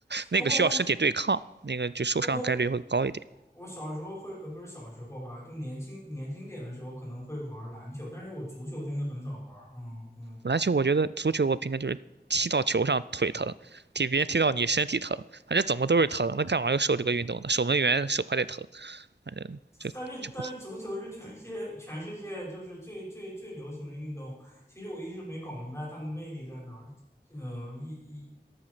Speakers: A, on the right; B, on the left.
A: 那个需要身体对抗，
B: 不过我也
A: 那个就受伤概率会高一点。
B: 不过我小时候会呃，不是小时候吧，就年轻年轻点的时候可能会玩篮球，但是我足球真的很少玩。嗯嗯。
A: 篮球我觉得，足球我平常就是踢到球上腿疼，踢别人踢到你身体疼，反正怎么都是疼。那干嘛要受这个运动呢？守门员手还得疼，反正就就不好。
B: 但是但是足球是全世界全世界就是最最最流行的运动，其实我一直没搞明白它的魅力在哪儿。嗯、呃一一